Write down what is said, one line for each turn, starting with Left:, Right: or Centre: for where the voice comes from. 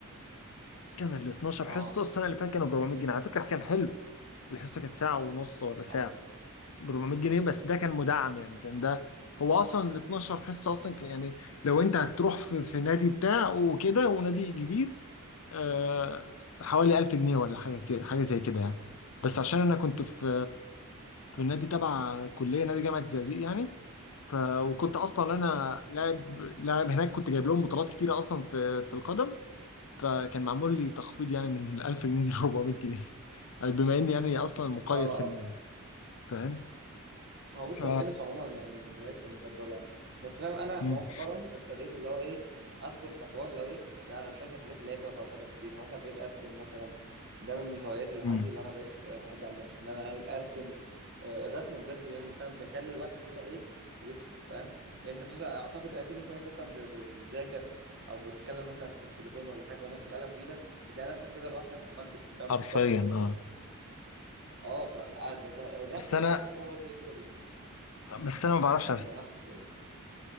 Left: كان ال 12
Right: اه
Left: حصه السنه اللي فاتت كانوا ب 400 جنيه على فكره كان حلو الحصه كانت ساعه ونص ولا ساعه
Right: ايوه
Left: ب 400 جنيه بس ده كان مدعم يعني كان ده هو اصلا ال 12 حصه اصلا كان يعني لو انت هتروح في, في نادي بتاع وكده ونادي كبير آه، حوالي 1000 جنيه ولا حاجه كده حاجه زي كده يعني بس عشان انا كنت في في النادي تبع كليه نادي جامعه الزقازيق يعني ف وكنت اصلا انا لاعب لاعب هناك كنت جايب لهم بطولات كتيره اصلا في في القدم فكان معمول لي تخفيض يعني من ال 1000 جنيه <laughs> ل 400 جنيه بما اني يعني اصلا مقيد
Right: اه آه.
Left: في النادي فاهم
Right: هو
Left: ف
Right: بص هو التنس عموما يعني من هواياتي المفضله يعني بس فاهم انا
Left: مم.
Right: مؤخرا ابتديت اللي هو ايه ادخل في حوار اللي هو ايه لا انا مش عايز الحاجات اللي هي فيها فرهضه كتير يعني مثلا بقيت ارسم مثلا ده من الهوايات اللي
Left: مم.
Right: عندي اللي انا بقيت آه، احب اعملها ان انا اي ارسم آه، الرسم بجد يعني فاهم بيخلي الواحد كده ايه يفصل فاهم يعني انت فاهم اعتقد اكيد مثلا وانت مثلا ب- ب- بتذاكر او بتتكلم مثلا في التليفون ولا حاجه وماسك قلم في ايدك بتلاقي نفسك كده لوحدك عمال بتفهم
Left: حرفيا
Right: بتشخبط
Left: اه
Right: اه فده ده ده الرسم
Left: بس انا
Right: بقى فاهم هو زي كده بالظبط
Left: بس انا ما بعرفش
Right: يعني
Left: ارسم
Right: بيبقى نفس الكلام